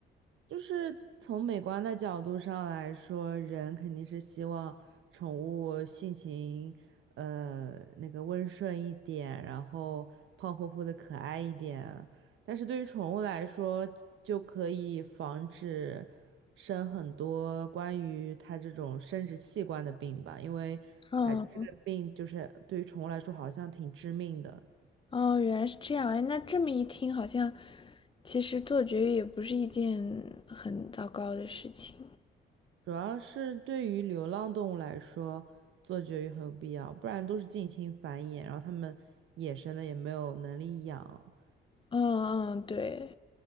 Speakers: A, on the right; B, on the left.
A: 就是从美观的角度上来说，人肯定是希望宠物性情，呃，那个温顺一点，然后胖乎乎的可爱一点。但是对于宠物来说，就可以防止生很多关于它这种生殖器官的病吧，因为还这个病就是对于宠物来说好像挺致命的。
B: 哦哦，原来是这样。哎，那这么一听，好像其实做绝育也不是一件很糟糕的事情。
A: 主要是对于流浪动物来说，做绝育很有必要，不然都是近亲繁衍，然后它们野生的也没有能力养。
B: 嗯嗯，对，